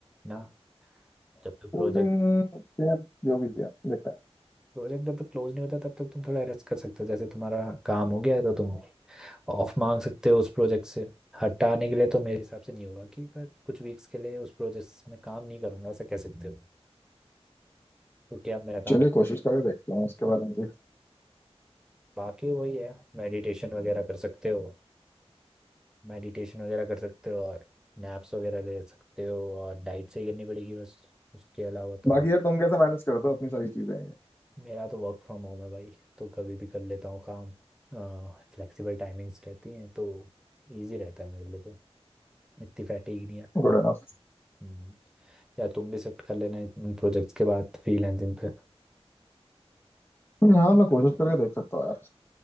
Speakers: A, in the centre; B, on the left (about 20°).
A: ना जब तक प्रोजेक्ट
B: होल्डिंग जो भी है देखता है
A: प्रोजेक्ट जब तक क्लोज नहीं होता तब तक तुम थोड़ा रेस्ट कर सकते हो जैसे तुम्हारा काम हो गया है तो तुम ऑफ मांग सकते हो उस प्रोजेक्ट से हटाने के लिए तो मेरे हिसाब से नहीं होगा कि पर कुछ वीक्स के लिए उस प्रोजेक्ट में काम नहीं करूंगा ऐसा कह सकते हो क्योंकि अब मेरा
B: चलिए
A: काम
B: कोशिश करके देखते हैं उसके बारे में भी
A: बाकी वही है मेडिटेशन वगैरह कर सकते हो मेडिटेशन वगैरह कर सकते हो और नैप्स वगैरह ले सकते हो और डाइट सही करनी पड़ेगी बस उसके अलावा तो
B: बाकी
A: और-
B: यार तुम कैसे मैनेज करते हो अपनी सारी चीजें
A: मेरा तो वर्क फ्रॉम होम है भाई तो कभी भी कर लेता हूँ काम फ्लेक्सिबल टाइमिंग्स रहती हैं तो इजी रहता है मेरे लिए तो इतनी फैटिग नहीं है
B: Good enough
A: हम्म, या तुम भी शिफ्ट कर लेना इन प्रोजेक्ट्स के बाद फ्रीलांसिंग पे
B: हाँ मैं कोशिश करके देख सकता हूँ यार